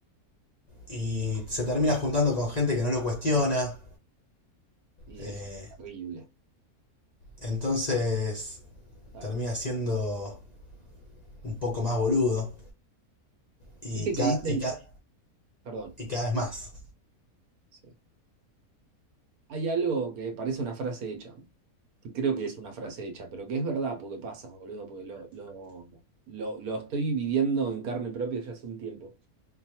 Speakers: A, on the left; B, on the right.
A: Y se termina juntando con gente que no lo cuestiona.
B: Y
A: eh,
B: eso es terrible,
A: entonces
B: claro.
A: termina siendo un poco más boludo. Y,
B: Viste
A: ca-
B: que dicen,
A: y, ca-
B: perdón,
A: y cada vez más.
B: sí. Hay algo que parece una frase hecha, que creo que es una frase hecha, pero que es verdad porque pasa, boludo, porque lo, lo, lo, lo estoy viviendo en carne propia ya hace un tiempo.